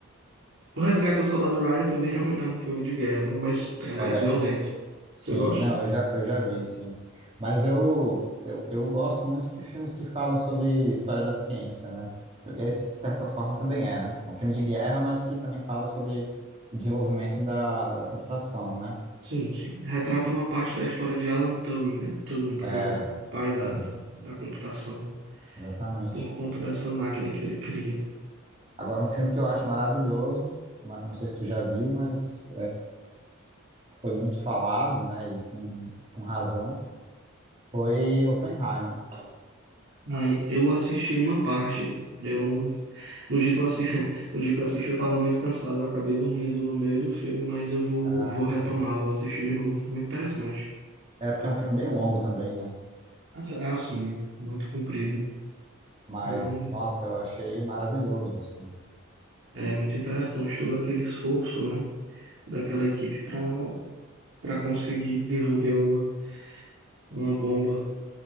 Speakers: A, on the right; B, on the right.
A: O Resgate do Soldado Ryan também é um, é um filme de guerra, né? Mas é mais
B: É,
A: violento.
B: sim,
A: Você gosta?
B: não, eu já, eu já vi, sim. Mas eu, eu, eu gosto muito de filmes que falam sobre história da ciência, né? Esse, de certa forma, também é, né? É um filme de guerra, mas que também fala sobre o desenvolvimento da, da computação, né?
A: Sim, sim. Retrata uma parte da história de Alan Turing, né? Turing, que foi
B: É, é,
A: o pai da,
B: Aham,
A: da computação,
B: exatamente.
A: por conta dessa máquina que ele cria.
B: Agora, um filme que eu acho maravilhoso, ma- não sei se tu já viu, mas foi muito falado, né, e com, com razão, foi Oppenheimer.
A: Aí eu assisti uma parte. Eu não. No dia que eu assisti, <laughs> no dia que eu assisti, eu estava muito cansado. Eu acabei dormindo no meio do filme, mas eu vou,
B: Ah,
A: vou
B: entendi.
A: retomar, vou assistir de novo. Muito interessante.
B: É porque é um filme bem longo também, né?
A: Ah, sim, muito comprido,
B: Mas,
A: mas
B: nossa, eu achei maravilhoso, assim.
A: é muito interessante todo aquele esforço, né? daquela equipe para para conseguir desenvolver uma, uma bomba,